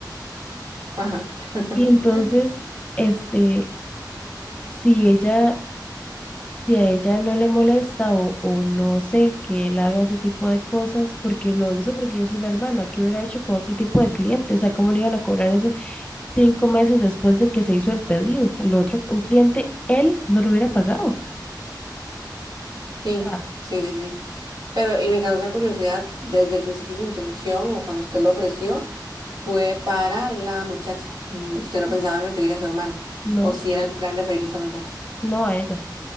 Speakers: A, on the right; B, on the left.
A: ajá. <laughs>
B: Y entonces, este, si ella si a ella no le molesta o, o no sé que él haga ese tipo de cosas, porque lo hizo porque yo soy la hermana, ¿qué hubiera hecho con otro tipo de cliente? O sea, ¿cómo le iban a cobrar eso cinco meses después de que se hizo el pedido? El otro, un cliente, él no lo hubiera pagado. O
A: Sí,
B: sea,
A: sí, sí, sí. Pero, y me causa curiosidad, desde el principio su intención o cuando usted lo ofreció fue para la muchacha. Mm, Usted no pensaba en referir a su hermano,
B: no,
A: o si era el plan referirlos a los dos.
B: no a ella,